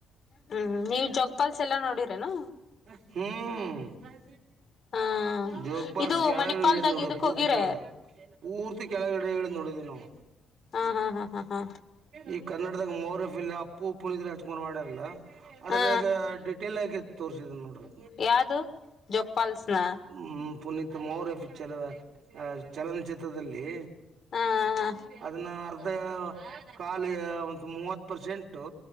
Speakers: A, on the left; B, on the right.
A: ಹ್ಮ್ ನೀವ್ ಜೋಗ್ ಪಾಲ್ಸ್ ಎಲ್ಲ ನೋಡಿರೇನು.
B: ಹ್ಮೂ
A: ಹ
B: ಜೋಗ್ ಫಾಲ್ಸ್
A: ಇದು
B: ಕೆಳಗ್
A: ಮಣಿಪಾಲ್ದಾಗ
B: ಹಿಳ್ದ್ ನೊಡಿವ್
A: ಇದಕ್
B: ಪೂರ್ತಿ
A: ಹೋಗಿರ
B: ಕೆಳಗ ಪೂರ್ ಕೆಳಗ್ ಇಳಿದ್ ನೋಡಿದಿವ್ ನಾವು
A: ಹಾ ಹಾ ಹಾ ಹಾ ಹಾ
B: ಈ ಕನ್ನಡದಾಗ ಮೌರ್ಯ ಫಿಲಂ ಅಪ್ಪು ಪುನಿತ್ ರಾಜ್ ಕುಮಾರ್ ಮಾಡ್ಯಾರಲ್ಲ ಅದ್ರಾಗ
A: ಹಾ
B: ಡಿಟೇಲ್ ಆಗಿ ತೋರ್ಸಿದನ್ ನೋಡ್ರಿ
A: ಯಾವ್ದು ಜೋಗಪಾಲ್ಸ್ನ
B: ಹ್ಮ ಪುನೀತ್ ಮೌರ್ಯ ಪಿಚ್ಚರದ ಚಲನಚಿತ್ರದಲ್ಲಿ.
A: ಹಾ ಹಾ
B: ಅದನ್ನ ಅರ್ಧ ಕಾಲ್ಯ ಬಂದ್ ಮೂವತ್ ಪರ್ಸೆಂಟ್. ಟು